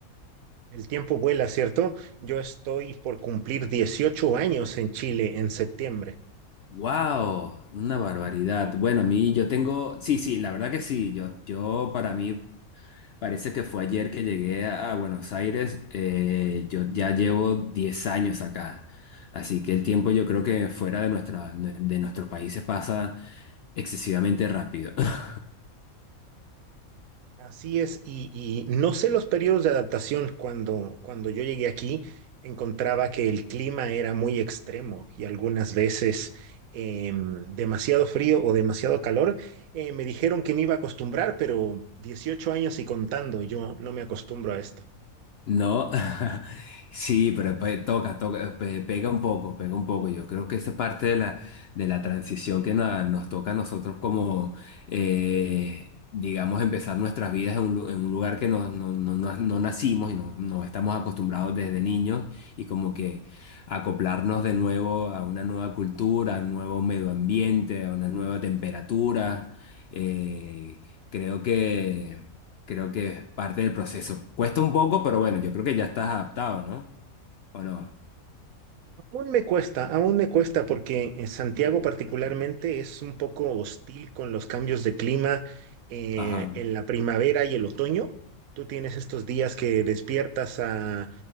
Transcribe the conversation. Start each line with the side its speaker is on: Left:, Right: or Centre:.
Right: El tiempo vuela, ¿cierto? Yo estoy por cumplir 18 años en Chile en septiembre.
Left: Wow, una barbaridad. Bueno, a mí yo tengo, sí, sí, la verdad que sí. Yo, yo para mí parece que fue ayer que llegué a, a Buenos Aires. eh, yo ya llevo 10 años acá, así que el tiempo yo creo que fuera de nuestra, de nuestros países pasa excesivamente rápido. <laughs>
Right: Así es, y, y no sé los periodos de adaptación. Cuando, cuando yo llegué aquí, encontraba que el clima era muy extremo y algunas veces em, demasiado frío o demasiado calor. Eh, me dijeron que me iba a acostumbrar, pero 18 años y contando, yo no me acostumbro a esto.
Left: No, <laughs> sí, pero pe- toca, toca, pe- pega un poco, pega un poco. Yo creo que esa es parte de la, de la transición que na- nos toca a nosotros como, eh, digamos, empezar nuestras vidas en un, lu- en un lugar que no, no, no, no- no nacimos y no, no estamos acostumbrados desde niños y como que acoplarnos de nuevo a una nueva cultura, a un nuevo medio ambiente, a una nueva temperatura. Eh, creo que... Creo que es parte del proceso. Cuesta un poco, pero bueno, yo creo que ya estás adaptado, ¿no? ¿O no?
Right: Aún me cuesta, aún me cuesta porque eh, Santiago particularmente es un poco hostil con los cambios de clima eh,
Left: Ajá,
Right: en la primavera y el otoño. Tú tienes estos días que despiertas a